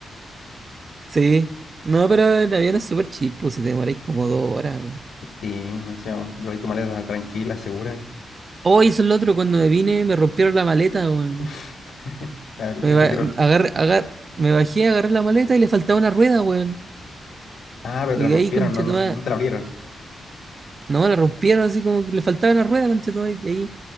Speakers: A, on the right (about 30°); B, on the left (about 75°).
A: Sí. No, pero el avión es súper chill, pues si te demoráis como dos horas.
B: Sí, encima lleváis tu maleta tranquila, segura.
A: Hoy eso es lo otro, cuando me vine me rompieron la maleta, weón.
B: <laughs> A ver,
A: Me,
B: el
A: ba-
B: retiro.
A: agar- agar- me bajé, agarré la maleta y le faltaba una rueda, weón.
B: Ah, pero
A: Y
B: te la
A: de
B: rompieron,
A: ahí, conchetumá,
B: no, no, se- no te la abrieron.
A: no, la rompieron así como que le faltaba una rueda, conchetumá, y de ahí,